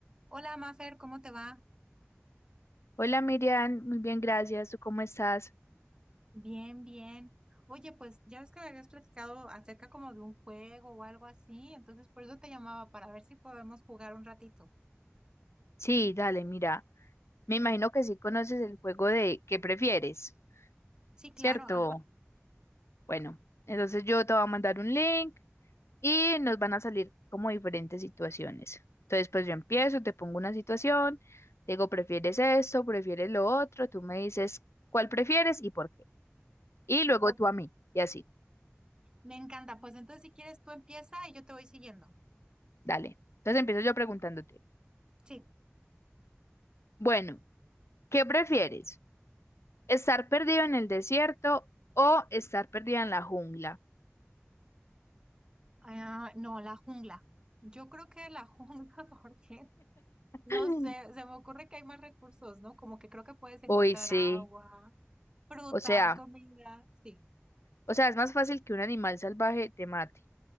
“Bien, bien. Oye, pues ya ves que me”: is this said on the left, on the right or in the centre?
Right